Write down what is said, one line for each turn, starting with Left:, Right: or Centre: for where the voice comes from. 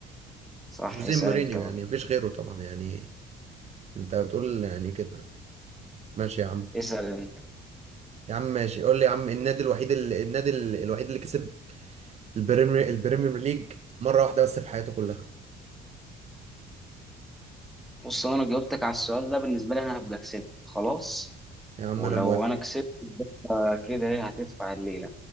Centre: صح
Right: جوزيه
Centre: اسأل
Right: مورينيو
Centre: انت بقى
Right: يعني مفيش غيره طبعا يعني انت بتقول يعني كده ماشي يا عم
Centre: اسأل انت
Right: يا عم ماشي قول لي يا عم النادي الوحيد اللي النادي ال- الوحيد اللي كسب البريمير البريميوم ليج مره واحده بس في حياته كلها
Centre: بص انا لو جاوبتك على السؤال ده بالنسبة لي انا هبقى كسبت خلاص
Right: يا عم
Centre: ولو
Right: انا موافق
Centre: انا كسبت يبقى كده ايه هتدفع الليلة